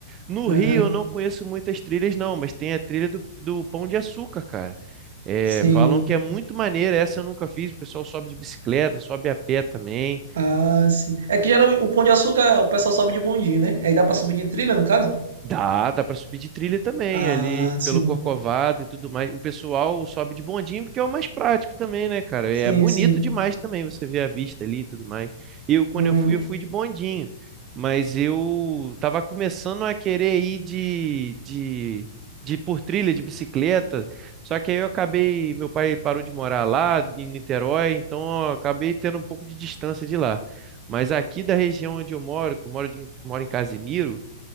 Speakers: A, on the right (about 25°); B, on the right (about 75°).
A: No
B: Aham.
A: Rio eu não conheço muitas trilhas, não, mas tem a trilha do, do Pão de Açúcar, cara. É,
B: Sim.
A: falam que é muito maneira, essa eu nunca fiz. O pessoal sobe de bicicleta, sobe a pé também.
B: Ah, sim. É que geralmente o Pão de Açúcar o pessoal sobe de bondinho, né? Aí dá pra subir de trilha, no caso?
A: Dá, dá para subir de trilha também,
B: Ah,
A: ali
B: sim.
A: pelo Corcovado e tudo mais. O pessoal sobe de bondinho porque é o mais prático também, né, cara?
B: Sim,
A: É bonito
B: sim.
A: demais também você ver a vista ali e tudo mais. Eu, quando
B: Uhum.
A: eu fui, eu fui de bondinho, mas eu tava começando a querer ir de, de, de por trilha de bicicleta, só que aí eu acabei, meu pai parou de morar lá em Niterói, então eu acabei tendo um pouco de distância de lá. Mas aqui da região onde eu moro, que eu moro, de, moro em Casimiro,